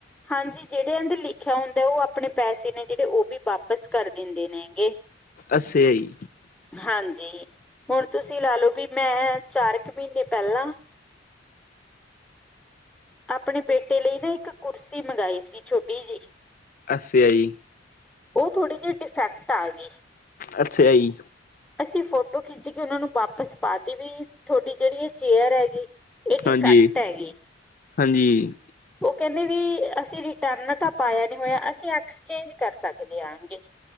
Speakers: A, in the centre; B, on the left (about 50°).
A: ਹਾਂਜੀ ਜੇੜਿਆ ਦੇ ਲਿਖਿਆ ਹੁੰਦਾ ਓ ਆਪਣੇ ਪੈਸੇ ਨੇ ਜੇੜੇ ਓ ਵੀ ਵਾਪਿਸ ਕਰ ਦਿੰਦੇ ਨੇ ਐਗੇ।
B: ਅਛਾ ਈ।
A: ਹਾਂਜੀ ਹੁਣ ਤੁਸੀਂ ਲਾ ਲਓ ਵੀ ਮੈਂ ਚਾਰ ਕੁ ਮਹੀਨੇ ਪੈਲਾਂ- ਆਪਣੇ ਬੇਟੇ ਲਈ ਨਾ ਇੱਕ ਕੁਰਸੀ ਮੰਗਾਈ ਸੀ, ਛੋਟੀ ਜੀ।
B: ਅੱਸਾ ਆ ਜੀ।
A: ਓ ਥੋੜ੍ਹੀ ਜਿਹੀ ਡਿਫੈਕਟ ਆ ਗਈ।
B: ਅੱਛਾ ਈ।
A: ਅਸੀਂ ਫੋਟੋ ਖਿੱਚ ਕੇ ਉਨਾਂ ਨੂੰ ਵਾਪਸ ਪਾਤੀ ਵੀ ਤੁਆਡੀ ਜੇੜੀ ਏ- ਚੇਅਰ ਏਗੀ ਏ ਡਿਫੈਕਟ
B: ਹਾਂਜੀ
A: ਹੈਗੀ।
B: ਹਾਂਜੀ
A: ਓ ਕੇਂਦੇ ਵੀ ਅਸੀਂ ਰਿਟਰਨ ਤਾਂ ਪਾਇਆ ਨੀ ਹੋਇਆ। ਅਸੀਂ ਐਕਸਚੇਂਜ ਕਰ ਸਕਦੇ ਆਣਗੇ।